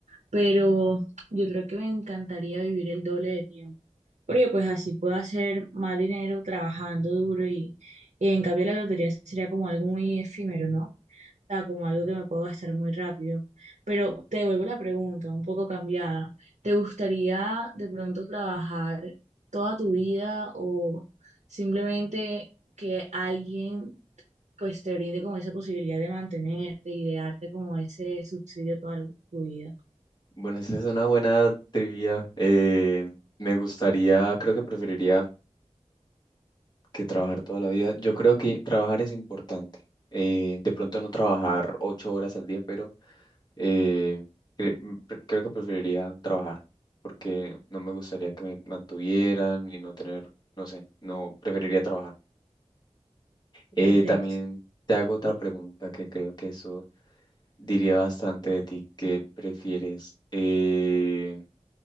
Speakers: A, on the right (about 80°); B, on the left (about 35°).
A: pero yo creo que me encantaría vivir el doble de tiempo, porque pues así puedo hacer más dinero trabajando duro y, y en cambio la lotería sería como algo muy efímero, ¿no? O sea, como algo que me puedo gastar muy rápido. Pero te devuelvo la pregunta, un poco cambiada. ¿Te gustaría de pronto trabajar toda tu vida o simplemente que alguien pues te brinde como esa posibilidad de mantenerte y de darte como ese subsidio toda tu vida.
B: Bueno, esa es una buena trivia. Eh, me gustaría, creo que preferiría que trabajar toda la vida. Yo creo que trabajar es importante. Eh, de pronto no trabajar ocho horas al día, pero Eh, cre- m- pre- creo que preferiría trabajar porque no me gustaría que me mantuvieran y no tener, no sé, no preferiría trabajar. Eh,
A: Perfecto.
B: también te hago otra pregunta que creo que eso diría bastante de ti. ¿Qué prefieres? Eh,